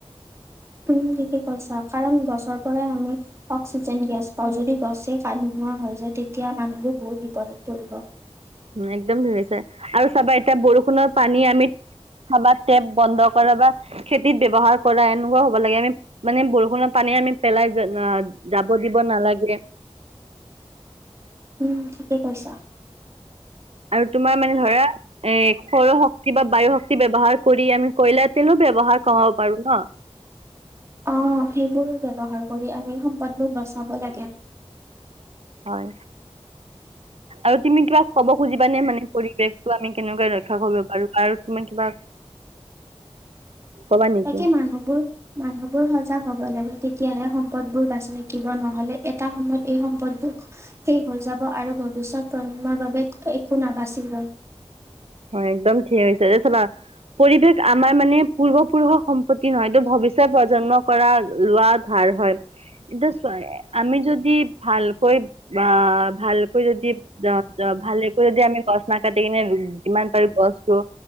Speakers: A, on the right; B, on the right.
A: উম ঠিকে কৈছা কাৰণ গছৰ পৰাই আমি অক্সিজেন গেছ পাওঁ, যদি গছে কা নোহোৱা হয় যায় তেতিয়া মানুহবোৰ বহুত বিপদত পৰিব।
B: উম একদম ধৰিছে আৰু চাবা এতিয়া বৰষুণৰ পানী আমি খাবা টেপ বন্ধ কৰা, বা খেতিত ব্যৱহাৰ কৰা, এনেকুৱা হ'ব লাগে। আমি মানে বৰষুণৰ পানী আমি পেলাই যা যাব দিব নালাগে।
A: উম ঠিকেই কৈছা।
B: আৰু তোমাৰ মানে ধৰা এ সৌৰশক্তি বা বায়ুশক্তি ব্যৱহাৰ কৰি আমি কয়লা তেলো ব্যৱহাৰ কমাব পাৰোঁ ন।
A: অ' সেইবোৰ ব্যৱহাৰ কৰি আমি সম্পদবোৰ বচাব লাগে।
B: হয়। আৰু তুমি কিবা ক'ব খুজিবা নে? মানে পৰিৱেশটো আমি কেনেকৈ ৰক্ষা কৰিব পাৰো আৰু তুমি কিবা? <inaudible> নেকি
A: তাকে মানুহবোৰ, মানুহবোৰ সজাগ হ'ব লাগে, তে তেতিয়াহে সম্পদবোৰ বাচি থাকিব, নহ'লে এটা সময়ত এই সম্পদবোৰ শেষ হৈ যাব আৰু বহু ভৱিষ্যত প্ৰজন্মৰ বাবে একো নাবাচিবই।
B: <inaudible> হয় একদম ঠিক হৈছে, চাবা পৰিৱেশ আমাৰ মানে পূৰ্বপুৰুষৰ সম্পত্তি নহয়টো, ভ ভৱিষ্যত প্ৰজন্ম পৰা লোৱা, ধাৰ হয়। এতিয়া চোৱা আমি যদি ভাল কৈ বা ভালকৈ যদি ভালকৈ যদি আমি গছ নাকাটি কিনে যিমান পাৰোঁ গছ ৰুওঁ,